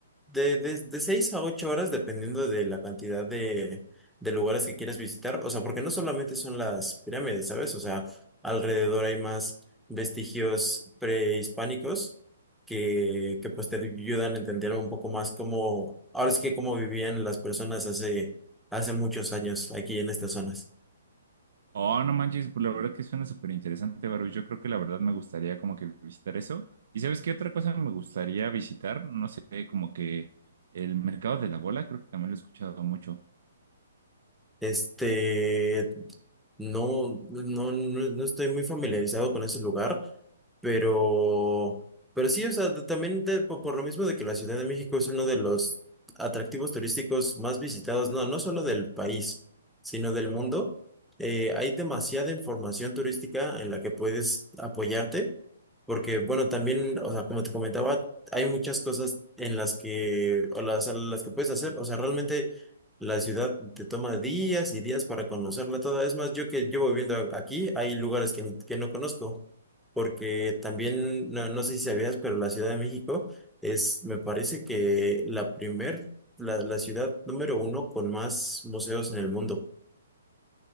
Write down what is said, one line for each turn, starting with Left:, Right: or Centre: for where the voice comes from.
Centre: de, de, de 6 a 8 horas, dependiendo de la cantidad de, de lugares que quieras visitar. O sea, porque no solamente son las pirámides, ¿sabes? O sea, alrededor hay más vestigios prehispánicos que, que pues te ayudan a entender un poco más cómo, ahora sí que cómo vivían las personas hace, hace muchos años aquí en estas zonas.
Right: Oh, no manches, pues la verdad que suena súper interesante, Baru. Yo creo que la verdad me gustaría como que visitar eso. ¿Y sabes qué otra cosa me gustaría visitar? No sé, como que el mercado de la bola, creo que también lo he escuchado mucho.
Centre: Este, no, no, no, no estoy muy familiarizado con ese lugar, pero, pero sí, o sea, de- también de- po- por, lo mismo de que la Ciudad de México es uno de los atractivos turísticos más visitados, no, no solo del país, sino del mundo, eh, hay demasiada información turística en la que puedes apoyarte, porque, bueno, también, o sea, como te comentaba, hay muchas cosas en las que, o las, a las que puedes hacer, o sea, realmente... La ciudad te toma días y días para conocerla toda. Es más, yo que llevo viviendo a- aquí, hay lugares que, n- que no conozco, porque también, no, no sé si sabías, pero la Ciudad de México es, me parece que la primer, la, la ciudad número uno con más museos en el mundo.